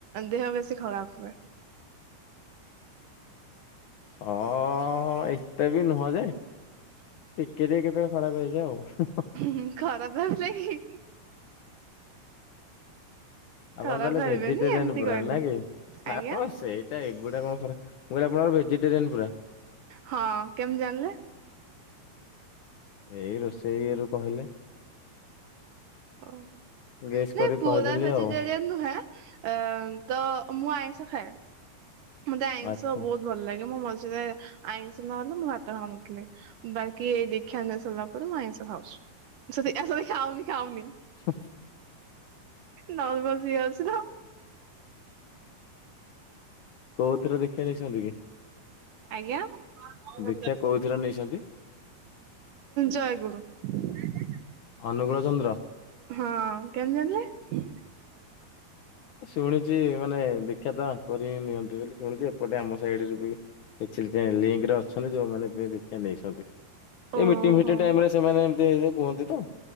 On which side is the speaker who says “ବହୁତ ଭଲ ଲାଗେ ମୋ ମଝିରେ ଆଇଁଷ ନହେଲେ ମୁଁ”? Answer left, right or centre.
Right